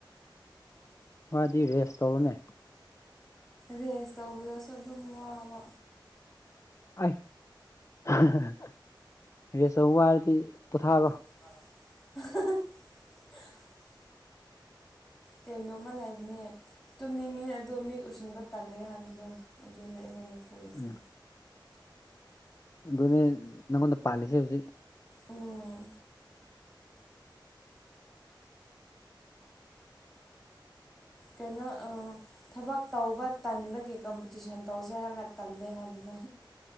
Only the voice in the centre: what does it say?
ꯔꯦꯁ ꯇꯧꯕꯗꯁꯨ ꯑꯗꯨꯝ ꯋꯥꯕ
<inaudible>
ꯀꯩꯅꯣꯝꯃ ꯂꯩꯕꯅꯦ ꯇꯨꯝꯅꯤꯡꯉꯦ ꯑꯗꯣ ꯃꯤꯠ ꯎꯁꯤꯟꯕ ꯇꯜꯂꯦ ꯍꯥꯏꯕꯗꯣ ꯑꯗꯨꯅꯦ ꯑꯩꯉꯣꯟꯗ ꯊꯧꯋꯤꯁꯦ
ꯎꯝ ꯀꯩꯅꯣ ꯑꯥ ꯊꯕꯛ ꯇꯧꯕ ꯇꯟꯕꯒꯤ ꯀꯝꯄꯤꯇꯤꯁꯟ ꯇꯧꯁꯦ ꯍꯥꯏꯔꯒ ꯇꯜꯂꯦ ꯍꯥꯏꯕꯗꯣ